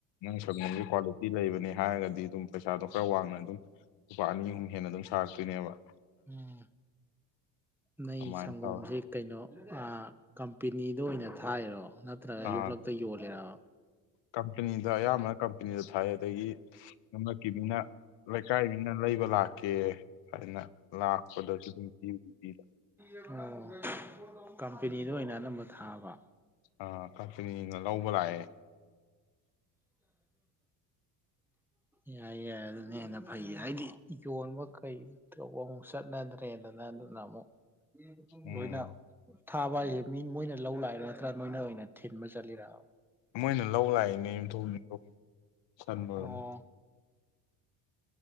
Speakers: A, on the left; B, in the centre.
A: ꯅꯪ ꯁꯪꯒꯣꯝꯖꯤ ꯀ꯭ꯋꯥꯂꯤꯇꯤ ꯂꯩꯕꯅꯦ ꯍꯥꯏꯔꯒꯗꯤ ꯑꯗꯨꯝ ꯄꯩꯁꯥꯗꯣ ꯈꯔ ꯋꯥꯡꯅ ꯑꯗꯨꯝ ꯂꯨꯄꯥ ꯑꯅꯤ ꯑꯍꯨꯝ ꯍꯦꯟꯅ ꯑꯗꯨꯝ ꯇꯥꯔꯛꯇꯣꯏꯅꯦꯕ
B: ꯎꯝ ꯅ
A: ꯑꯗꯨꯃꯥꯏꯅ
B: ꯁꯪꯒꯣꯝꯁꯦ
A: ꯇꯧꯔꯦ
B: ꯀꯩꯅꯣ ꯑ ꯄꯤꯅꯤꯗ ꯑꯣꯏꯅ ꯊꯥꯏꯔꯣ ꯅꯠꯇ꯭ꯔꯒ
A: ꯑꯥ
B: ꯌꯨꯝꯂꯛꯇ ꯌꯣꯜꯂꯤꯔꯕ
A: ꯀꯝꯄꯅꯤꯗ ꯑꯌꯥꯝꯕꯅ ꯀꯝꯄꯅꯤꯗ ꯊꯥꯏ ꯑꯗꯒꯤ ꯂꯝꯂꯛꯀꯤ ꯃꯤꯅ ꯂꯩꯀꯥꯏ ꯃꯤꯅ ꯂꯩꯕ ꯂꯥꯛ ꯑꯣꯀꯦ ꯍꯥꯏꯅ ꯂꯥꯛꯄꯗꯁꯨ ꯑꯗꯨꯝ ꯄꯤꯕꯨꯗꯤ ꯄꯤꯗ
B: <inaudible> ꯀꯝꯄꯦꯅꯤꯗ ꯑꯣꯏꯅ ꯑꯅꯝꯕ ꯊꯥꯕ
A: ꯑ ꯀꯝꯄꯅꯤꯅ ꯂꯧꯕ ꯂꯥꯛꯑꯦ
B: ꯌꯥꯏ ꯌꯥꯏ ꯑꯗꯨꯅ ꯍꯦꯟꯅ ꯐꯩ ꯍꯥꯏꯗꯤ ꯌꯣꯟꯕ ꯀꯩ ꯇꯧꯕ ꯑꯃꯨꯛ ꯆꯠꯅꯗ꯭ꯔꯦꯗꯅ ꯑꯗꯨꯅ ꯑꯃꯨꯛ
A: ꯎꯝ
B: ꯂꯣꯏꯅ ꯊꯥꯕ ꯍꯥꯏꯁꯦ ꯃꯤ ꯃꯣꯏꯅ ꯂꯧ ꯂꯥꯛꯏꯔꯥ ꯅꯠꯇ꯭ꯔꯥ ꯅꯣꯏꯅ ꯑꯣꯏꯅ ꯊꯤꯟꯕ ꯆꯠꯂꯤꯔꯕ
A: ꯃꯣꯏꯅ ꯂꯧ ꯂꯥꯛꯏꯅꯦ ꯌꯨꯝꯊꯣꯡ ꯁꯟ ꯂꯣꯏꯔ
B: ꯑꯣ